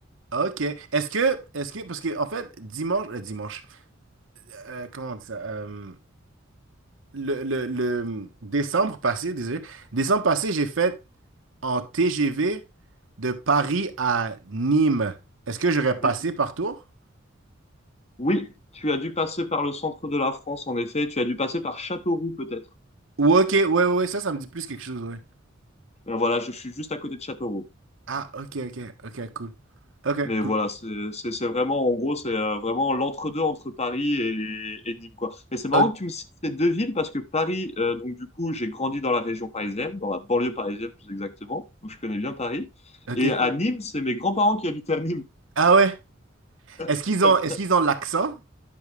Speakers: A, on the right; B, on the left.
A: Ok. Est-ce que, est-ce que, parce que en fait, dimanche, euh, dimanche, euh, comment on dit ça? Euh, le, le, le décembre passé, désolé, décembre passé, j'ai fait en TGV de Paris à Nîmes, est-ce que j'aurais passé
B: Oui.
A: par Tours?
B: Oui, tu as dû passer par le centre de la France, en effet. Tu as dû passer par Châteauroux, peut-être.
A: Ou ok, ouais, ouais, ouais, ça, ça me dit plus quelque chose, ouais.
B: Euh, Voilà, je suis juste à côté de Châteauroux.
A: Ah, ok, ok, ok, cool. Ok,
B: Mais
A: cool.
B: voilà, c'est c'est- c'est vraiment, en gros, c'est euh, vraiment l'entre-deux entre Paris et, et Nîmes, quoi. Et c'est marrant
A: Ok,
B: que tu me cites ces deux villes parce que Paris, euh, donc du coup, j'ai grandi dans la région parisienne, dans la banlieue parisienne plus exactement. Donc je connais bien Paris.
A: ok,
B: Et à
A: cool.
B: Nîmes, c'est mes grands-parents qui habitaient à Nîmes.
A: Ah ouais. Est-ce
B: <laughs>
A: qu'ils ont, est-ce qu'ils ont l'accent?